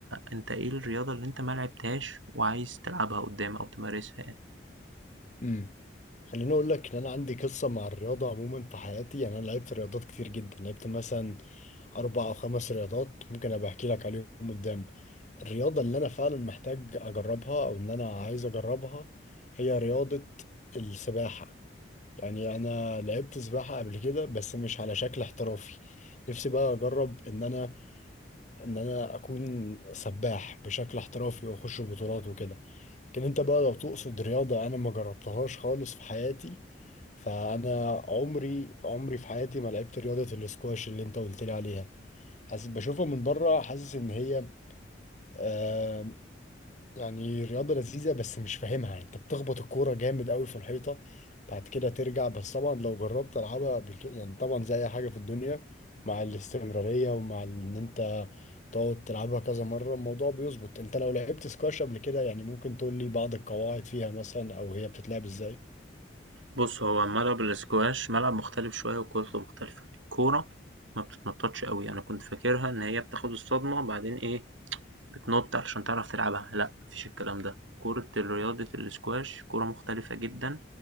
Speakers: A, on the right; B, on the left.
A: أنت إيه الرياضة اللي أنت ما لعبتهاش وعايز تلعبها قدّام أو تمارسها يعني؟
B: امم خليني اقول لك ان انا عندي قصة مع الرياضة عموما في حياتي يعني انا لعبت رياضات كتير جدا لعبت مثلا اربع او خمس رياضات ممكن ابقى احكي لك عليهم قدام الرياضة اللي أنا فعلا محتاج أجربها أو إن أنا عايز أجربها هي رياضة السباحة يعني أنا لعبت سباحة قبل كده بس مش على شكل احترافي نفسي بقى أجرب إن أنا إن أنا أكون سباح بشكل احترافي وأخش بطولات وكده لكن أنت بقى لو تقصد رياضة أنا ما جربتهاش خالص في حياتي فأنا عمري عمري في حياتي ما لعبت رياضة الاسكواش اللي أنت قلت لي عليها حاسس بشوفها من بره حاسس إن هي آه، يعني رياضة لذيذة بس مش فاهمها انت بتخبط الكورة جامد قوي في الحيطة بعد كده ترجع بس طبعا لو جربت العبها قبل كده يعني طبعا زي اي حاجة في الدنيا مع الاستمرارية ومع ان انت تقعد تلعبها كذا مرة الموضوع بيظبط انت لو لعبت سكواش قبل كده يعني ممكن تقول لي بعض القواعد فيها مثلا او هي بتتلعب ازاي
A: بُص، هو ملعب الsquash ملعب مختلف شوية وكورته مختلفة. الكورة ما بتتنطّطش أوي، أنا كنت فاكرها إن هي بتاخد الصدمة بعدين إيه، بتنُط علشان تعرف تلعبها، لأ ما فيش الكلام ده. كورة رياضة الsquash كورة مختلفة جدًا،